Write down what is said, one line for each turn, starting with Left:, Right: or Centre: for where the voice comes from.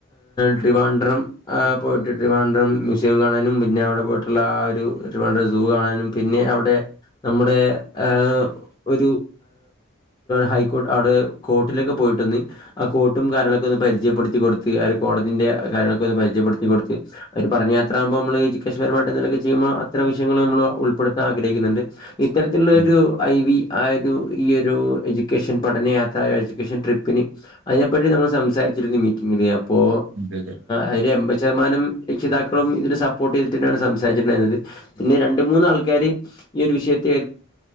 Left: ട്രിവാൻഡ്രം പോയിട്ട് ട്രിവാഡ്രം വിഷയം കാണാനും പിന്നെ അവിടെ പോയിട്ടുള്ള ആ ഒരു ൂ കാണാനും പിന്നെ അവിടെ നമ്മുടെ ഹ ഒരു ഹൈക്കോ് അവിടെ കോട്ടിലൊക്കെ പോയി കോർട്ടും കാര്യങ്ങളൊക്കെ ഒന്ന് ആ കോട്ടും പരിചയപ്പെടുത്തി കൊടുത്ത് ആ കോടതിന്റെറെ കാര്യങ്ങളൊക്കെ ഒന്ന് പരിചയപ്പെടുത്തി കൊടുത്ത് അവര് പറഞ്ഞ അത്ര ആുമ്പോ നമ്മള് എജ്യക്കേഷൻ പരുമായിട്ട എന്തൊക്കെ ചെയ്യുമ്പോൾ അ വിയങ്ങള നമ്മ ഉൾപ്പെടുാൻ ആഗ്രഹിക്കണ്ട് ഇത്തരത്തിലുള്ള
Right: ഉം,
Left: ഒരു ഐ വി ആ ഒരു ഈയ ഒരു എഡ്യൂക്കേഷൻ പഠനയാത്ര എഡ്യൂക്കേഷൻ ട്രിപ്പി അതിനെപ്പറ്റി നമ്മൾ സംസാരിച്ചിരുന്നു മീറ്റിംഗില് അപ്പോ
Right: അതെ അതെ.
Left: അതില് എൺപത് ശതമാനം രക്ഷിതാക്ക- ഇഴും ഇതിനന് സപ്പോർട്ട് ചെയ്തിട്ടുാണ് സംസാരിച്ചിട്ടുണ്ടായിരുന്നത് പിന്ന രണ്ട് മൂന്നന്ന് ആൾക്കാര് ഈ ഒരു വിഷയത്തെതി